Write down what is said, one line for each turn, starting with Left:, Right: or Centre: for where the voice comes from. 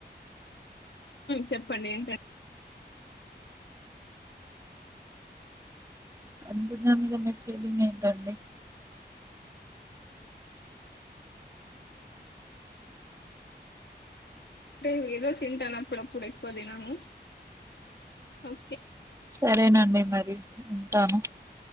Left: చెప్పండి ఏంటండి.
Right: ఖర్బుజా మీదా మీ ఫీలింగ్ ఏంటండి.
Left: నేను ఏదో తింటాను అప్పుడుప్పుడు ఎక్కువ తినను ఓకే.
Right: సరేనండి మరి ఉంటాను.